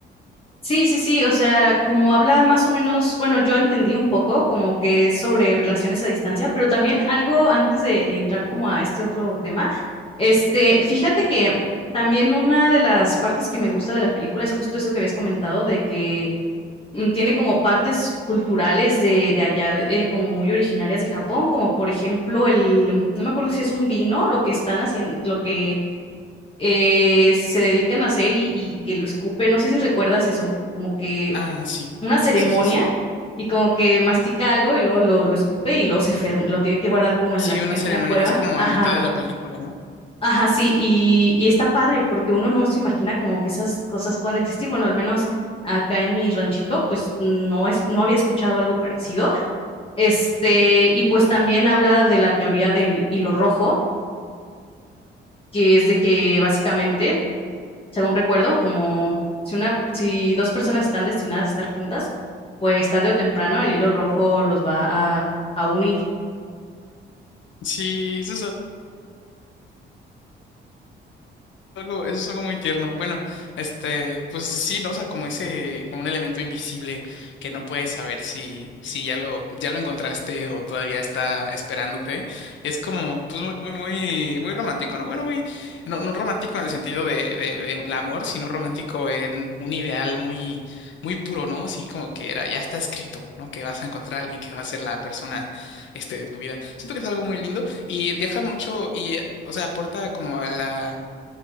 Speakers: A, on the left (about 30°); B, on the left (about 70°).
A: Sí, sí, sí, o sea, como habla más o menos, bueno, yo entendí un poco como que es sobre relaciones a distancia, pero también algo antes de, de entrar como a este otro tema, este, fíjate que también una de las partes que me gusta de la película es justo eso que habías comentado, de que mm, tiene como partes culturales de, de allá, de- eh, como muy originarias de Japón, como por ejemplo el, no me acuerdo si es un vino, lo que están haciendo, lo que eh, se dedican a hacer y, y que lo escupe, no sé si recuerdas eso, como que
B: Ah, sí,
A: una ceremonia
B: sí, sí, sí.
A: y como que mastica algo y luego lo, lo escupe y luego se ferm- lo tiene que guardar como en
B: Sí,
A: la,
B: una
A: en
B: ceremonia,
A: una cueva.
B: es como
A: Ajá,
B: a la mitad de la película, ¿no?
A: ajá, sí, y, y está padre porque uno no se imagina como que esas cosas puedan existir. Bueno, al menos acá en mi ranchito, pues no es, no había escuchado algo parecido. Este, y pues también habla de la teoría del hilo rojo, que es de que básicamente según recuerdo, como si una, si dos personas están destinadas a estar juntas, pues tarde o temprano el hilo rojo los va a, a unir.
B: Sí, eso es algo, eso es algo muy tierno. Bueno, este, pues sí, ¿no? O sea, como ese, como un elemento invisible que no puedes saber si, si ya lo, ya lo encontraste o todavía está esperándote. Es como, pues muy, muy, muy, muy romántico, ¿no? Bueno, muy, no, no romántico en el sentido de, de, de el amor, sino romántico en un ideal muy, muy puro, ¿no? Así como que era, ya está escrito, ¿no? Que vas a encontrar a alguien que va a ser la persona, este, de tu vida. Siento que es algo muy lindo y deja mucho, y, eh, o sea, aporta como a la